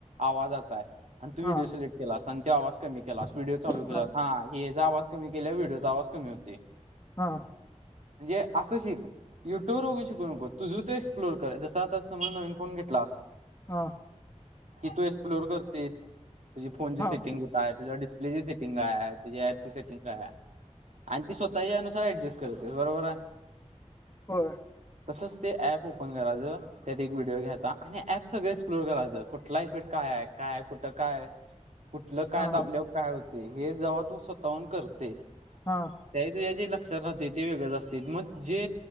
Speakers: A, on the right; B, on the left.
A: आवाजचाय, अन तो व्हिडिओ
B: हा
A: सिलेक्ट केला, असा त्या आवा कमी केलास, व्हिडिओ चालू
B: हा
A: केलास, हां हे ज आवाज कमी केल्या, व्हिडिओचा आवाज कमी होते.
B: हा.
A: म्हणजे असं शिक, युट्यूर बगुन शिकू नको, तुझ ते एक्सप्लोर कर, जस आता समज नवीन फोन घेतलास,
B: हा
A: की तु एस एक्सप्लोअर करतेस, तुझी फोनची
B: हा
A: सेटिंग कुठ हाय, तुझ्या डिस्प्लेची सेटिंग हाय, तुझ्या ऍपची सेटिंग हाय आहे आणि ती स्वतःच्या अनुसार ऍडजस्ट करते, बरोबर आय?
B: होय.
A: तसंच, ते ॲप ओपन करायचं त्यात एक व्हिडिओ घ्यायचा <unintelligible> ऍप सगळं एक्सप्लोर करायचं, कुठला इफेट काय, काय, कुठं काय? कुठलं काय
B: हा
A: दाबल्यावर, काय होते? हे जेव्हा तु स्वतःहून करततेस
B: हं.
A: त्या, तुझ्या जे लक्षात राहते, ते वेगळंच असते, मग जे,